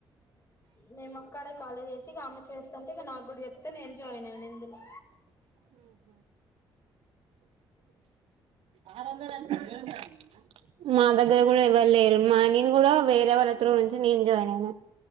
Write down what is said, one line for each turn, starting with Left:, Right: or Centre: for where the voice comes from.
Left: మేము ఒక్కడే కాలేజ్ అయితే ఆమె చేస్తాంటే ఇగ నాకు కూడా చెప్తే నే జాయిన్ అయినా ఇందులో
Right: ఆరు అంద అనికి మా దగ్గర కూడా ఎవ్వరులేరు మా నేను కూడా వేరే వాళ్ళ త నుంచి నేను జాయిన్ అయినా